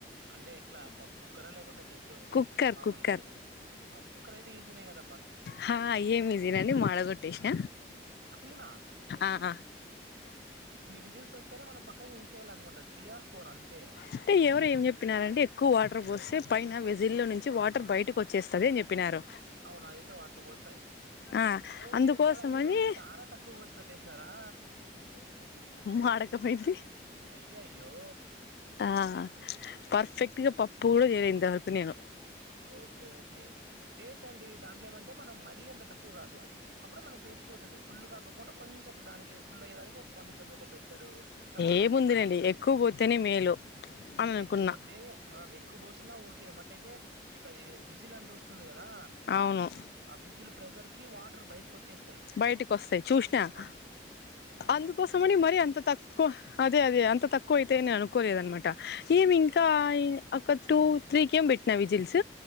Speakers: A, on the right; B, on the left.
A: అంటే ఎట్లా పప్పు కుక్కరా లేకుండా జస్ట్
B: కుక్కర్
A: మామూలుగా
B: కుక్కర్
A: ఉడకబెట్టారు పప్పు కుక్కర్ అయితే ఈజీన కదబ్బా.
B: హు అయ్యే ఇసియండి మాడ కొట్టేసిన.
A: అవునా
B: ఆహ.
A: రిజిల్స్ వస్తేనే మనం పక్కకి తీసేయాల అనుకుంటా త్రీ ఆర్ ఫోర్ అంతే.
B: అంటే ఎవరు ఏం చెప్పినారంటే ఎక్కువ వాటర్ పోస్తే పైన వెజిల్ల్లో నుంచి వాటర్ బయటకు వచ్చేస్తది అని చెప్పినారు.
A: అవునాదయితే వాస్త వస్తాయి.
B: ఆ
A: ఓకే
B: అందుకోసమని
A: ఓకే అలా అని చెప్పి మీరు చాలా తక్కువ పోసి పెట్టేసన్నారా.
B: మాడక పోయింది.
A: అయ్యయ్యో.
B: ఆ పర్ఫెక్ట్
A: ఆ
B: గా పప్పు కూడా చేయలే ఇంతవరకు నేను.
A: ఓకే ఓకే చేయచండి దాంట్లోఏమం. అంటే మనం మరీ అంత తక్కువ కాదు అప్పుడె మనకు తెలిసిపోతుంది ఫుల్గాకకుండా కొంచెం దానికి ఫుల్ అయ్యే దానికి. కొంచెం ఒక బెత్తడు తక్కువ పోసి
B: ఏముందిలేండి
A: పెట్టాల.
B: ఎక్కువ పోతేనే మేలు అని అనుకున్నా
A: ఎక్కువ పోతే ఎక్కువ పోసిన ఓకే బట్ అయితే. మీకు అది విజిల్ అంటూ వస్తుంది కదా
B: అవును
A: ఆ విజిల్ ప్రెజర్. కి వాటర్ బయటకు వచ్చేస్తాయి
B: బయటకు వస్తాయి చూసినా
A: మ హు.
B: అందుకోసమని మరి అంత తక్కువ అదే అదే అంత తక్కువ అయితాయని నేను అనుకోలేద అనమాట. ఏమి
A: ఓకే
B: ఇంకా ఒక టూ త్రీ కేమో పెట్టిన విజిల్స్.